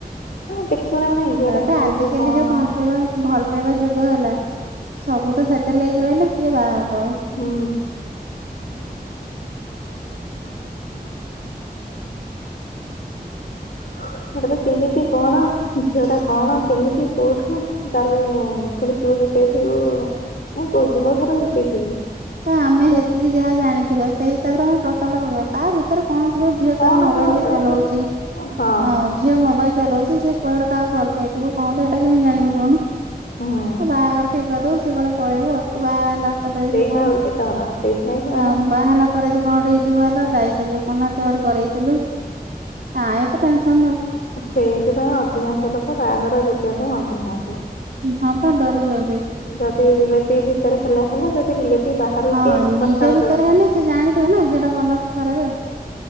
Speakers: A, on the left; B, on the right.
A: ଦେଖିବୁ ନା ନାଇଁ। ଝିଅ
B: ତାପରେ
A: ଟା କେମିତି
B: ଆଜିକାଲି
A: କଣ
B: ଯୋଉ ଭଲ ପାଇବା ଭଲ ପାଇବା ଯୁଗ ହେଲା ସବୁ ତ ସେଟେଲ ହେଇକି ରହିଲେ କିଏ ବାହା ହବ ଆଉ।
A: ହୁଁ। <inaudible> ତାପରେ କେମିତି କଣ ଝିଅ ଟା କଣ କେମିତି କୋଉଠୁ ତାର ପୁଣି ତୁ ଜୁଟେଇଥିବୁ ମୁଁ କହୁଛିୁ ମୋ ଧର ଜୁଟେଇଥିବି
B: ତ ଆମେ
A: ଝିଅଟା
B: ଯେତିକି ଯାହା ଜାଣିଥିବା ସେଇ ହିସାବରେ ଆମ ପ୍ରସ୍ତାବଟା ପକେଇବା ତା ଭିତରେ ତାର କଣ ଥିବ ଝିଅ
A: କଣ
B: ତାର ମୋବାଇଲ
A: ଥିବ
B: ରେ
A: ତୋ
B: ଚଲଉଛି
A: ପାଖରେ ହଁ ହଁ
B: ଆ ଝିଅ ମୋବାଇଲ ଚଲଉଛି। ସେ କୁଆଡେ କାହାକୁ ଭଲ ପାଇଥିବ କଣ କରିଥିବ ହେଟା କେମିତି ଜାଣିବୁ କହୁନୁ।
A: ହୁଁ
B: ବାହାଘର ଠିକ କରିଦବୁ ସିଏ କୁଆଡେ ପଳେଇବ କି ବାହା ହେଲା ପରେ ଯଦି
A: ସେଟା
B: କଣ
A: ହଉଛି ଡ଼ର ସେଇଥିପାଇଁ କି ସେମାନେ
B: ଆ ବାହା ହେଲା ପରେ ଯଦି କଣ ଟିକେ ଇଶୁ ବାହାରିଲା ଦାୟୀ ଦେବେ କଣ ନା ତୁ କରେଇଥିଲୁ। କାଇଁ ଏତେ ଟେନ୍ସନ ନଉ
A: ସେଇଥିପାଇଁ ଅଧିକାଂଶ ଲୋକ ବାହାଘର ଜୁଟେଇବା ପାଇଁ ମଙ୍ଗୁ ନାହାନ୍ତି।
B: ହଁ ପା ଡରୁଛନ୍ତି।
A: ଯଦି ରିଲେଟିଭ ଭିତରେ ହେଲା ହେଲା ଯଦି ରିଲେଟିଭ ବାହାରେ
B: ହଁ
A: କି ପ୍ରସ୍ତାବ
B: ନିଜ ଭିତରେ
A: ଦଉନାହାନ୍ତି।
B: ହେଲେ ଜାଣିଥିବ ସେ ନା ଝିଅ ଟା ଭଲ କି ଖରାପେ